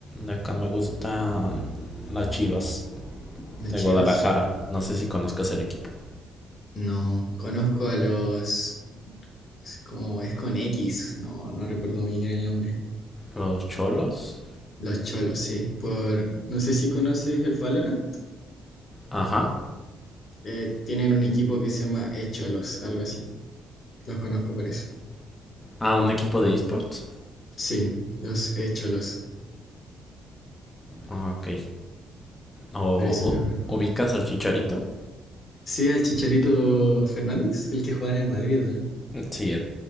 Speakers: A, on the left (about 20°); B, on the left (about 45°).
A: De acá me gustan las Chivas
B: ¿Las
A: de
B: Chivas?
A: Guadalajara. No sé si conozcas el equipo.
B: No, conozco a los, es como es con X, no, no recuerdo muy bien el nombre.
A: Los Cholos.
B: Los Cholos, sí. Por, no sé si conoces el Valorant.
A: Ajá.
B: Eh, tienen un equipo que se llama E-Cholos, algo así. Los conozco por eso.
A: Ah, un equipo de esports.
B: Sí, los E-Cholos,
A: Ah, ok. ¿O
B: por eso
A: u-
B: los conozco.
A: ubicas al Chicharito?
B: Sí, al Chicharito Fernández, el que juega en el Madrid, ¿o ¿no?
A: Sí, él,